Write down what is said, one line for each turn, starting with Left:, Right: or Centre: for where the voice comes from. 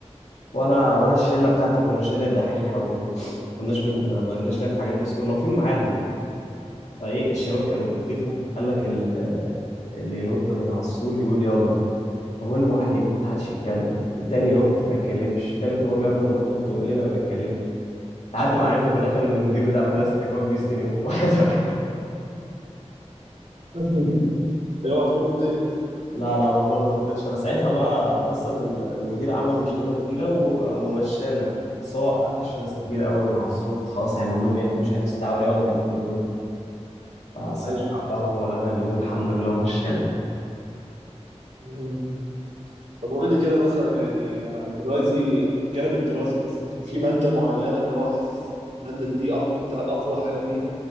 Left: وانا وانا الشلة بتاعتي كنا شلة دحيحة وكده كناش بن ما لناش ليا في الحاجات دي بس كنا واقفين معاهم يعني فايه الشباب كانوا بيتفقوا قال لك ال- اللي ينط من على السور يقول يلا فكل ما واحد ينط محدش يتكلم التاني ينط ما يتكلمش التالت نقول له يا ابني اما تنط قول لنا ما يتكلمش لحد ما عرفنا في الاخر ان المدير بتاع المدرسه كان واقف بيستلمهم <laughs> واحد واحد
Right: <laughs> اوعى تكون نطيت
Left: لا لا والله ما نطيتش انا ساعتها بقى اصلا ال- المدير عمل مشكله كبيره و- ومشانا بس هو قفش ناس كتير قوي من على السور فخلاص هيعمل لهم ايه اكيد مش هيعمل استدعاء ولي امر لكل دول فساعتها
Right: ايوه حقه طبعا
Left: هو لغى اليوم الحمد لله ومشانا
Right: مم. طب وقول لي كده مثلا يعني آه، دلوقتي الجانب الدراسي مثلا كان في ماده معينه اللي هو حاسس الماده دي اقوى انت اقوى حاجه فيها